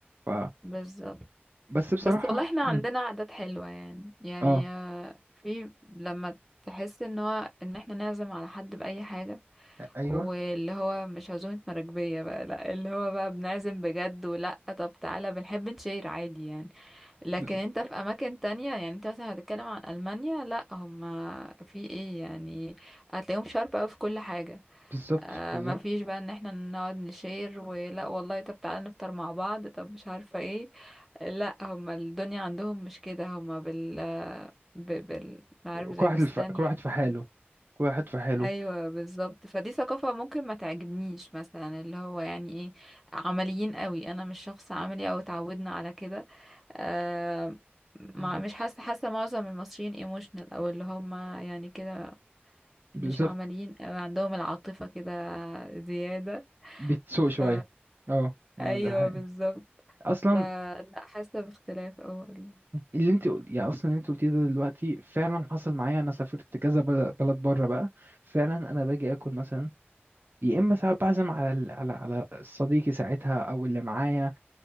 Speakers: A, on the right; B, in the centre.
A: ف...
B: بالظبط
A: بس بصراحة
B: بس والله احنا
A: مم.
B: عندنا عادات حلوة يعني يعني
A: آه
B: في لما تحس ان هو ان احنا نعزم على حد بأي حاجة
A: أيوه
B: واللي هو مش عزومة مراكبية بقى لا اللي هو بقى بنعزم بجد ولا طب تعالى بنحب نشير عادي يعني لكن
A: بالظبط
B: انت في اماكن تانية يعني انت مثلا هتتكلم عن ألمانيا لا هما في ايه يعني هتلاقيهم شارب اوي في كل حاجة
A: بالظبط
B: آه
A: بالظبط.
B: ما فيش بقى ان احنا نقعد نشير ولا والله طب تعالى نفطر مع بعض طب مش عارفة ايه لا هما الدنيا عندهم مش كده هما بال ب- بال عارف زي
A: كل واحد
B: بالثانية
A: الف... كل واحد في
B: بكل
A: حاله كل واحد في حاله
B: ايوه بالظبط فدي ثقافة ممكن ما تعجبنيش مثلا اللي هو يعني ايه عمليين قوي انا مش شخص عملي او اتعودنا على كده آه
A: بالظبط
B: مع مش حاسة حاسة معظم المصريين ايموشنال او اللي هم يعني كده
A: بالظبط
B: مش عمليين أوي عندهم العاطفة كده زيادة
A: بتسوق
B: ف
A: شوية اه اه
B: ايوه
A: ده حقيقي
B: بالظبط
A: اصلا
B: فلا حاسه باختلاف اول
A: اللي انت قل- يعني اصلا اللي انت قلتيه ده دلوقتي فعلا حصل معايا انا سافرت كذا بل- بلد بره بقى فعلا انا باجي اكل مثلا يا اما ساعات بعزم على ال- على على صديقي ساعتها او اللي معايا